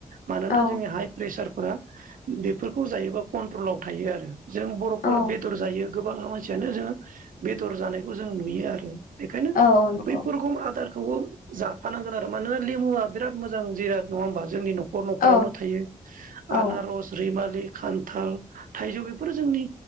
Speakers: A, on the right; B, on the left.
A: मानोना
B: औ
A: जोंनि हाइ प्रेसारफोरा बेफोरखौ जायोबा कन्ट्रलाव थायो आरो। जों बर'फ्रा
B: औ
A: बेदर जायो गोबां मानसियानो जों बेदर जानायखौ जों नुयो आरो। बेखायनो
B: औ नंगौ
A: बैफोर रोखम आदार खौबो जाफानांगोन आरो मानोना लेमुआ बिराद मोजां जिराद नङा होमबा जोंनि न'ख नख न'खरावनो
B: औ
A: थायो
B: औ
A: आनारस रि मालि खान्थाल थाइजौ बेफोरो जोंनि